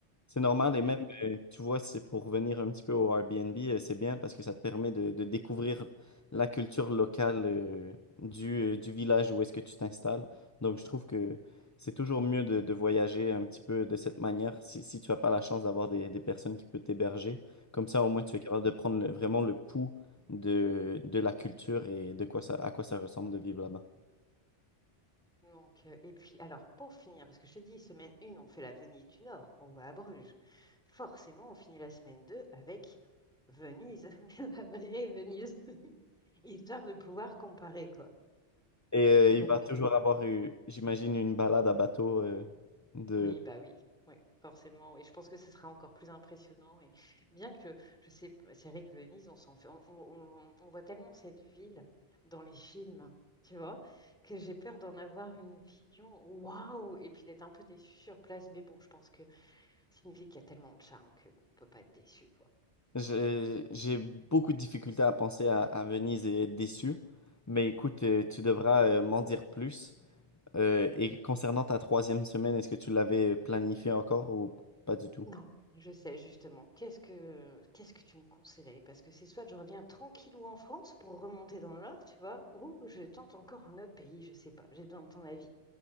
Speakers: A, on the left; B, in the centre.
A: C'est normal et
B: Donc,
A: même,
B: euh,
A: euh, tu vois, c'est pour revenir un petit peu au Airbnb, euh, c'est bien parce que ça te permet de, de découvrir la culture locale euh, du, euh, du village où est-ce que tu t'installes. Donc, je trouve que c'est toujours mieux de, de voyager un petit peu de cette manière si, si tu n'as pas la chance d'avoir des, des personnes qui peuvent t'héberger. Comme ça, au moins, tu es capable de prendre le- vraiment le pouls de, de la culture et de quoi ça, à quoi ça ressemble de vivre là-bas.
B: Donc, euh, et puis, alors, pour finir, parce que je t'ai dit, semaine 1, on fait la Venise du Nord, on va à Bruges. Forcément, on finit la semaine 2 avec Venise, <laughs> mais la vraie Venise, <laughs> histoire de pouvoir comparer, quoi.
A: Et euh,
B: Donc,
A: il va toujours
B: euh,
A: avoir, eu, j'imagine, une balade à bateau euh, de...
B: Oui, bah oui, oui, forcément. Et je pense que ce sera encore plus impressionnant. Et bien que, je sais, pas, c'est vrai que Venise, on s'en fait, on, on- on- on voit tellement cette ville dans les films, tu vois, que j'ai peur d'en avoir une vision waouh, et puis d'être un peu déçue sur place. Mais bon, je pense que c'est une ville qui a tellement de charme que bon, on peut pas être déçu, quoi.
A: J'ai j'ai beaucoup de difficultés à penser à, à Venise et être déçu. Mais écoute, euh, tu devras euh, m'en dire plus. Euh, et concernant ta troisième semaine, est-ce que tu l'avais planifié encore ou pas du tout?
B: Non, je sais justement. Qu'est-ce que, qu'est-ce que tu me conseillerais? Parce que c'est soit je reviens tranquillou en France pour remonter dans le Nord, tu vois, ou je tente encore un autre pays, je sais pas. J'ai besoin de ton avis.